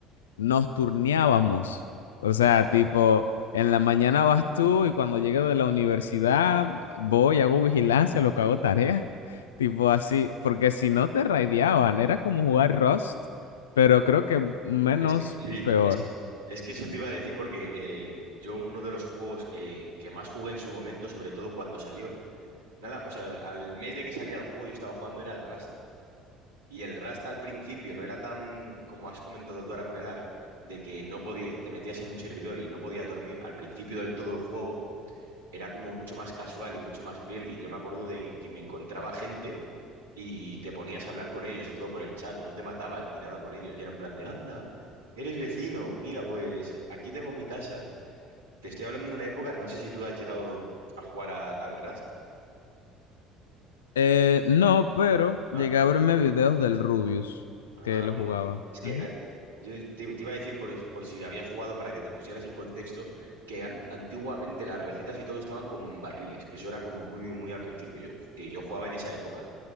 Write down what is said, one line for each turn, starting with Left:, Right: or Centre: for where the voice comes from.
Left: nos turneábamos. O sea,
Right: Para-
Left: tipo, en la mañana vas tú y cuando llegue de la universidad voy, hago vigilancia, lo que hago tarea. <laughs> Tipo así, porque si no te raideaban, era como jugar Rust, pero creo que menos
Right: es que, sí,
Left: peor.
Right: es, es que eso te iba a decir porque eh, yo uno de los juegos que, que más jugué en su momento, sobre todo cuando salió, nada, o sea, al mes de que saliera el juego yo estaba jugando era el Rust. Y el Rust al principio no era tan, como has comentado tú ahora con el Ark, de que no podía, te metías en un servidor y no podías dormir. Al principio del todo el juego era como mucho más casual y mucho más friendly. Yo me acuerdo de que me encontraba gente y te ponías a hablar con ellos y todo por el chat, no te matabas ni nada con ellos, era en plan de, anda, eres vecino, mira, pues aquí tengo mi casa. Te estoy hablando de una época, no sé si tú has llegado a jugar a- al Rust.
Left: Eh, no, pero
Right: Ah,
Left: llegué a verme videos del Rubius,
Right: ah,
Left: que lo
Right: amigo.
Left: jugaba.
Right: Es que
Left: Ujú.
Right: ah, eh, yo te, te iba a decir, por, por si habías jugado para que te pusieras en contexto, que an- antiguamente las recetas y todo estaban como en barriles, que eso era como muy, muy, muy al principio, yo, que yo jugaba en esa época,